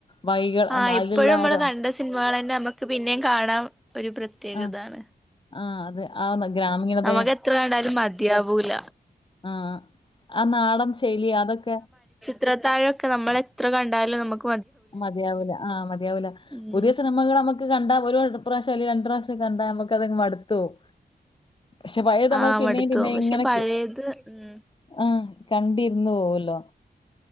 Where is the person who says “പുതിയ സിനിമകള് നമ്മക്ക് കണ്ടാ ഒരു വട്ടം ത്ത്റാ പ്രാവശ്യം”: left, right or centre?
Left